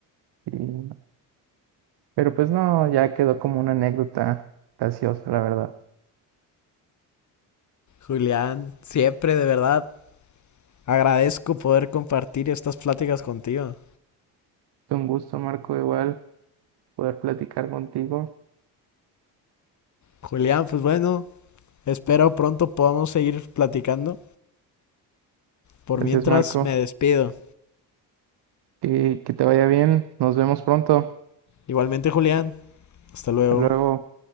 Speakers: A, on the right (about 55°); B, on the left (about 40°).
A: Y- pero pues no, ya quedó como una anécdota graciosa, la verdad.
B: Julián, siempre de verdad agradezco poder compartir estas pláticas contigo.
A: Fue Un gusto, Marco, igual poder platicar contigo.
B: Julián, pues bueno, espero pronto podamos seguir platicando. Por
A: Gracias,
B: mientras
A: Marco.
B: me despido.
A: Y que te vaya bien. Nos vemos pronto.
B: Igualmente, Julián, hasta luego.
A: Hasta luego.